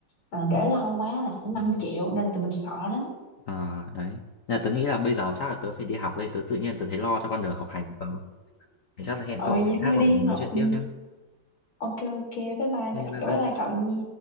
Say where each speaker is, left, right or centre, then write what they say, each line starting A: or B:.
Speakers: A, on the left; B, on the left.
A: ờ, để lâu quá là sẽ năm
B: Ừ.
A: triệu nên là tụi mình sợ lắm.
B: À, đấy. Nên là tớ nghĩ là bây giờ chắc là tớ phải đi học đây, tớ tự nhiên tớ thấy lo cho con đường học hành của tớ. Thì chắc là hẹn
A: Ờ
B: cậu
A: vậy
B: dịp
A: thôi
B: khác và
A: đi
B: mình nói
A: học.
B: chuyện
A: Ừ,
B: tiếp nhá.
A: Ok ok bye bye
B: Ok, bye
A: bye
B: bye.
A: bye cậu nha.